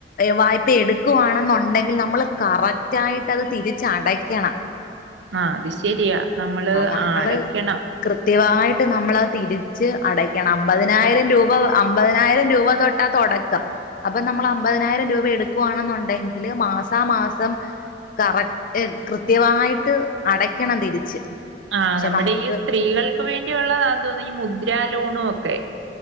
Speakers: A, on the left; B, on the right.
A: വായ്പ എടുക്കുവാണെന്നുണ്ടെങ്കിൽ നമ്മൾ കറക്റ്റ് ആയിട്ട് അത് തിരിച്ചടക്കണം.
B: ആഹ്‌ അത് ശരിയാ നമ്മള്
A: നമ്മള്
B: ആഹ് അടക്കണം.
A: കൃത്യമായിട്ട് നമ്മളത് തിരിച്ച് അടക്കണം. അമ്പതിനായിരം രൂപ അമ്പതിനായിരം രൂപ തൊ ട്ടാ തൊടക്കം. അപ്പൊ നമ്മള് അമ്പതിനായിരം രൂപ എടുക്കവാണെന്നുണ്ടെങ്കില് മാസാ മാസം കറക് ഏർ കൃത്യമായിട്ട് അടക്കണം തിരിച്ച്.
B: ആഹ്‌
A: പക്ഷെ
B: നമ്മുടെ
A: നമുക്ക്
B: ഈ സ്ത്രീകൾക്ക് വേണ്ടിയുള്ളതാന്ന് തോന്നു ഈ മുദ്ര ലോണു ഒക്കെ.